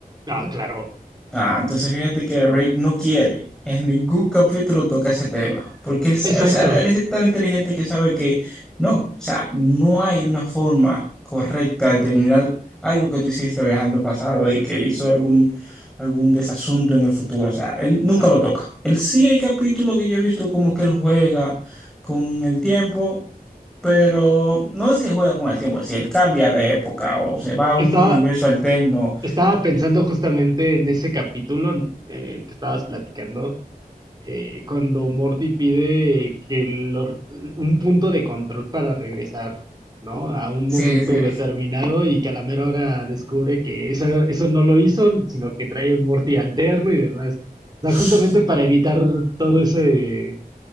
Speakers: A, on the right; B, in the centre.
A: Ah, claro.
B: Ah, entonces fíjate que Rick no quiere. En ningún capítulo toca ese tema. Porque él, sa-
A: Exacto.
B: o sea, él es tan inteligente que sabe que no, o sea, no hay una forma correcta de terminar algo que tú hiciste viajando al pasado y que hizo algún, algún desasunto en el futuro. O sea, él nunca
A: Ajá.
B: lo toca. Él sí hay capítulos que yo he visto como que él juega con el tiempo. Pero no es que juega con el tiempo, si él cambia de época o se va a un
A: Estaba,
B: universo alterno,
A: estaba pensando justamente en ese capítulo eh, que estabas platicando. eh, cuando Morty pide que lo- un punto de control para regresar, ¿no? A un
B: sí,
A: momento
B: sí.
A: determinado y que a la mera hora descubre que eso, eso no lo hizo, sino que trae un Morty alterno y demás. O
B: <laughs>
A: sea, justamente para evitar todo ese,